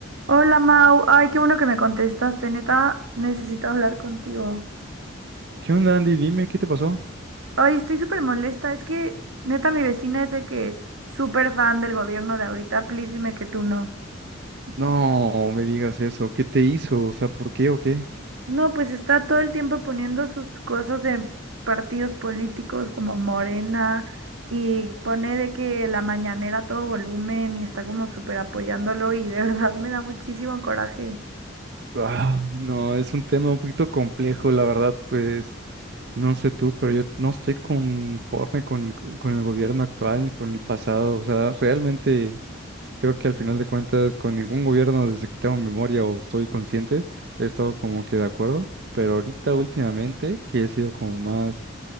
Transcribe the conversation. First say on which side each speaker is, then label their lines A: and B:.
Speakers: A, on the right; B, on the right.
A: Hola Mau, ay, qué bueno que me contestaste, neta, necesito hablar contigo.
B: ¿Qué onda, Andy? Dime, ¿qué te pasó?
A: Ay, estoy súper molesta, es que neta mi vecina es de que súper fan del gobierno de ahorita, please dime que tú no.
B: No, me digas eso. ¿Qué te hizo? O sea, ¿por qué o qué?
A: No, pues está todo el tiempo poniendo sus cosas de partidos políticos como Morena y pone de que la mañanera a todo volumen y está como súper apoyándolo y de <laughs> verdad me da muchísimo coraje.
B: Ah, no, es un tema un poquito complejo, la verdad, pues no sé tú, pero yo no estoy conforme con, con el gobierno actual ni con el pasado. O sea, realmente creo que al final de cuentas con ningún gobierno desde que tengo memoria o estoy consciente he estado como que de acuerdo, pero ahorita últimamente que he sido como más